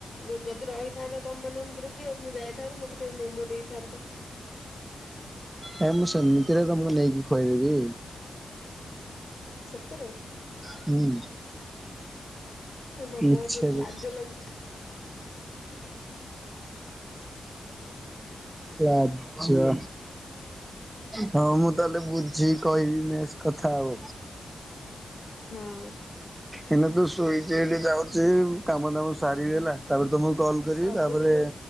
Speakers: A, on the left; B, on the right.
A: ଉ ଯଦି ରହିଥାନ୍ତା ତମ ମାନଙ୍କ ଭିତରୁ କିଏ ମୁଁ ଯାଇ ଥାନ୍ତ ମୋତେ ଟିକେ ମୋମୋ ଦେଇଥାନ୍ତ।
B: ହଁ ମୁଁ ସେମିତିରେ ତମକୁ ନେଇକି ଖୁଆଇଦେବି।
A: ସତରେ।
B: ହୁଁ।
A: ହେ ଭଗବାନ
B: ମିଛରେ।
A: ମତେ ଲାଜ ଲାଗୁଛି।
B: ଲାଜ। ହଁ ମୁଁ ତାହେଲେ ବୁଝିକି କହିବି ମେସ୍ କଥା ଆଉ।
A: ହଉ
B: ଏଇନା ତ ଶୋଇଛି ହେଠି ଯାଉଛି କାମ ଦାମ ସାରିବି ହେଲା ତାପରେ ତମକୁ କଲ୍ କରିବି
A: ସବୁଦିନ
B: ତାପରେ